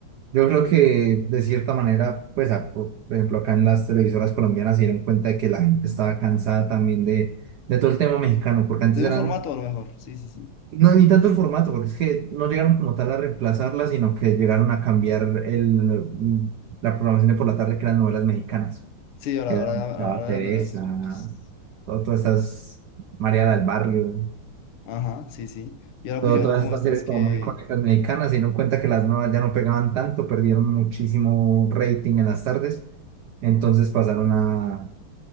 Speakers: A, on the right; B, on the left.
A: yo creo que de cierta manera, pues, a- por por ejemplo, acá en las televisoras colombianas se dieron cuenta de que la gente estaba cansada también de, de todo el tema mexicano, porque antes
B: De
A: eran
B: un formato, a lo mejor, sí, sí, sí.
A: No, ni tanto el formato, porque es que no llegaron como tal a reemplazarla, sino que llegaron a cambiar el, mm, la programación de por la tarde, que eran novelas mexicanas.
B: Sí, ahora,
A: Que eran
B: ahora,
A: estaba
B: ahora
A: Teresa,
B: las novelas turcas.
A: todo- todas estas, María del Barrio,
B: Ajá, sí, sí. Y ahora
A: todo-
B: pusieron
A: todas
B: como
A: estas
B: estas
A: series
B: que...
A: como muy icónicas mexicanas, se dieron cuenta que las nuevas ya no pegaban tanto, perdieron muchísimo rating en las tardes, entonces pasaron
B: sí.
A: a,